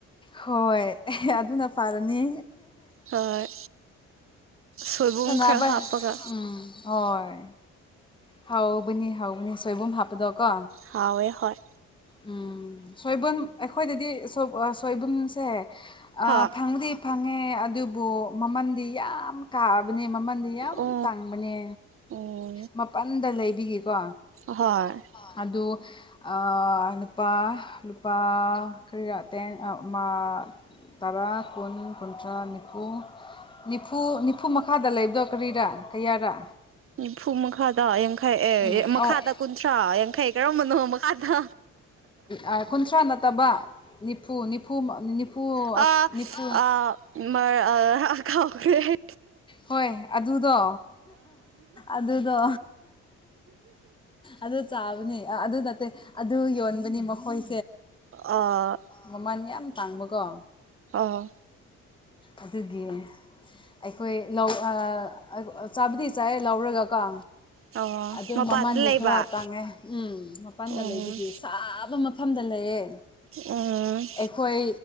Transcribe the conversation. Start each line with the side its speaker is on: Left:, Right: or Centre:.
Left: ꯍꯣꯏ ꯑꯦ ꯑꯗꯨꯅ ꯐꯥꯔꯅꯤ
Right: ꯍꯣꯏ ꯁꯣꯏꯕꯨꯝ
Left: ꯁꯥꯟꯅꯕꯩ
Right: ꯈꯔ ꯍꯥꯞꯄꯒ
Left: ꯎꯝ ꯍꯣꯏ ꯍꯥꯎꯕꯅꯤ ꯍꯥꯎꯕꯅꯤ ꯁꯣꯏꯕꯨꯝ ꯍꯥꯞꯄꯗꯣꯀꯣ
Right: ꯍꯥꯎꯋꯦ ꯍꯣꯏ
Left: ꯎꯝ ꯁꯣꯏꯕꯨꯝ ꯑꯩꯈꯣꯏꯗꯗꯤ ꯁꯣꯏ ꯁ‌ꯣꯏꯕꯨꯝꯁꯦ ꯑꯥ
Right: ꯍꯥ
Left: ꯐꯪꯉꯥꯗꯤ ꯐꯪꯉꯦ ꯑꯗꯨꯕꯨ ꯃꯃꯜꯗꯤ ꯌꯥꯝ ꯀꯥꯕꯅꯦ ꯃꯃꯜꯗꯤ ꯌꯥꯝ
Right: ꯑꯣ
Left: ꯇꯥꯡꯕꯅꯦ
Right: ꯑꯣ
Left: ꯃꯄꯥꯟꯗ ꯂꯩꯕꯒꯤꯀꯣ
Right: ꯍꯣꯏ
Left: ꯑꯗꯣ ꯑꯥ ꯅꯨꯄꯥ ꯂꯨꯄꯥ ꯀꯔꯤꯔꯥ ꯇꯦꯟ‌ ꯑꯃ ꯇꯔꯥ ꯀꯨꯟ ꯀꯨꯟꯊ꯭ꯔꯥ ꯅꯤꯐꯨ ꯅꯤꯐꯨ ꯅꯤꯐꯨꯃꯥꯈꯥꯗ ꯂꯩꯕꯗꯣ ꯀꯔꯤꯔꯥ ꯀꯌꯥꯔꯥ
Right: ꯅꯤꯐꯨ ꯃꯈꯥꯗ ꯌꯥꯡꯈꯩ ꯑꯦ
Left: ꯎꯝ
Right: ꯃꯈꯥꯗ
Left: ꯑꯧ
Right: ꯀꯨꯟꯊ꯭ꯔꯥ ꯌꯥꯡꯈꯩ ꯀꯔꯝꯕꯅꯣ ꯃꯈꯥꯗ
Left: ꯑꯥ ꯀꯨꯟꯊ꯭ꯔꯥ ꯅꯠꯇꯕ ꯅꯤꯐꯨ ꯅꯤꯐꯨ ꯅꯤꯐꯨ
Right: ꯑ
Left: ꯅꯤꯐꯨ
Right: ꯑ ꯈꯥꯎꯈꯔ‌ꯦ
Left: ꯍꯣꯏ ꯑꯗꯨꯗꯣ ꯑꯗꯨꯗꯣ ꯑꯗꯨ ꯆꯥꯕꯅꯤ ꯑꯗꯨ ꯅꯠꯇꯦ ꯑꯗꯨ ꯌꯣꯟꯕꯅꯤ ꯃꯈꯣꯏ
Right: ꯑ
Left: ꯃꯃꯜ ꯌꯥꯝ ꯇꯥꯡꯕꯀꯣ
Right: ꯑꯣ
Left: ꯑꯗꯨꯒꯤꯅ‌ꯦ ꯑꯩꯈꯣꯏ ꯂꯧ ꯑꯥ ꯆꯥꯕꯗꯤ ꯆꯥꯏꯌ‌ꯦ ꯂꯧꯔꯒꯀꯣ
Right: ꯑꯣ
Left: ꯑꯗꯨ
Right: ꯃꯄꯥꯟꯗ
Left: ꯃꯃꯜꯗꯤ
Right: ꯂꯩꯕ
Left: ꯈꯔ ꯇꯥꯡꯉꯦ ꯎꯝ ꯃꯄꯥꯟꯗ
Right: ꯎꯝ
Left: ꯂꯩꯕꯒꯤ ꯁꯥꯥꯕ ꯃꯐꯝꯗ ꯂꯩꯌꯦ
Right: ꯎꯝ
Left: ꯑꯩꯈꯣꯏ